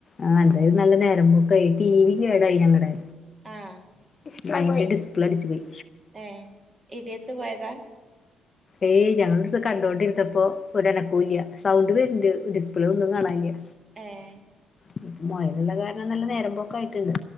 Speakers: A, on the left; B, on the right.
A: ആ അതായത് നല്ല നേരം പോ ക്കായി ടി വി കേടായി ഞങ്ങടെ
B: ആഹ്
A: <unintelligible> അയിന്റെ ഡിസ്പ്ലേ അടിച്ചു പോയി
B: ഏ ഇടിയത്ത് പോയതാ
A: ഏയ് ഞനൊരൂസം കണ്ടൊണ്ടിരുന്നപ്പൊ ഒര് അനക്കൂല്ല്യ സൗണ്ട് വരണ്ട് ഡിസ്പ്ലേ ഒന്നും കാണാല്ല്യ
B: ഏഹ്
A: പ്പ മൊയലുള്ള കാരണം നല്ല നേരമ്പോക്കായിട്ടുണ്ട്